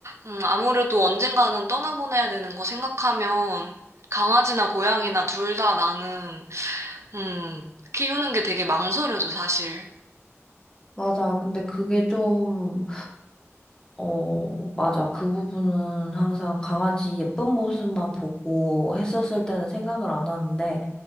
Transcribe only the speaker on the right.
음, 아무래도 언젠가는 떠나보내야 되는 거 생각하면, 강아지나 고양이나 둘 다 나는, 음, 키우는 게 되게 망설여져, 사실.